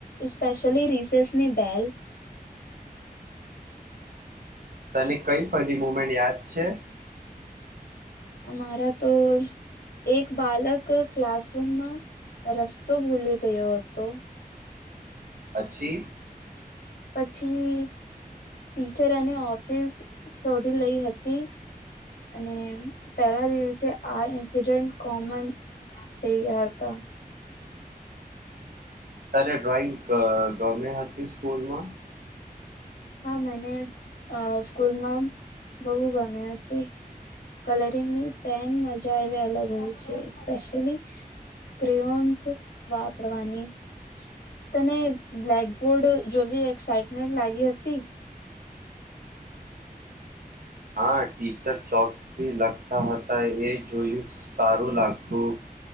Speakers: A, on the left; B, on the right.
A: પેશિયલી રિસેસની બેલ
B: તને કઈ ફરી મુમેન્ટ યાદ છે?
A: અમારા તો એક બાલક ક્લાસરૂમમાં રસ્તો ભૂલી ગયો હતો.
B: પછી?
A: પછી ટીચર અને ઓફિસ શોધી લઈ હતી, અને પેલા દિવસે આ ઇન્સિડન્ટ કોમન થઈ ગયા હતા.
B: તારે ડ્રોઈંગ અહ રમેહ હતી સ્કૂલમાં
A: હા મને અ સ્કૂલમાં બહુ ગમે હતી કલરિંગની પેન મજા એવી અલગ હોય છે સ્પેશિયલી ક્રિઓન્સ વાપરવાની તને બ્લેકબોર્ડ જોવી એક્સાઈટમેન્ટ લાગી હતી.
B: હા ટીચર ચોકથી લખતા હતા એ જોયું સારું લાગતું